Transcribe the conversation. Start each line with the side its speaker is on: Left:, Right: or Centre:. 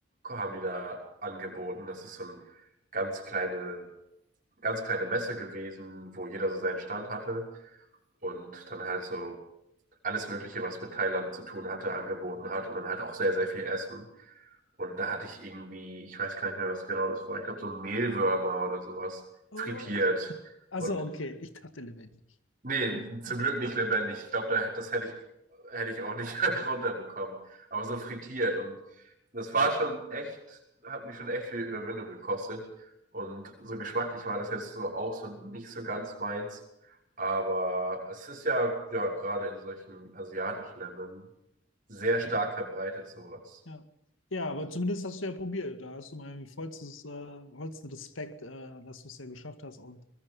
Right: haben die da angeboten. Das ist so ein ganz kleine, ganz kleine Messe gewesen, wo jeder so seinen Stand hatte und dann halt so alles Mögliche, was mit Thailand zu tun hatte, angeboten hat und dann halt auch sehr, sehr viel Essen. Und da hatte ich irgendwie, ich weiß gar nicht mehr, was genau das war, ich glaube so Mehlwürmer oder sowas
Left: Oh,
Right: frittiert.
Left: also
Right: Und
Left: okay, ich dachte lebendig.
Right: Nee,
Left: <laughs>
Right: zum Glück nicht lebendig. Ich glaube, da, das hätte ich, hätte ich auch nicht <laughs> runterbekommen. Aber so frittiert. Und das war schon echt, hat mich schon echt viel Überwindung gekostet. Und so geschmacklich war das jetzt so auch so nicht so ganz meins. Aber es ist ja, ja, gerade in solchen asiatischen Ländern sehr stark verbreitet, sowas.
Left: Ja. Ja, aber zumindest hast du ja probiert. Da hast du meinen vollstes, äh, vollsten Respekt, äh, dass du es ja geschafft hast und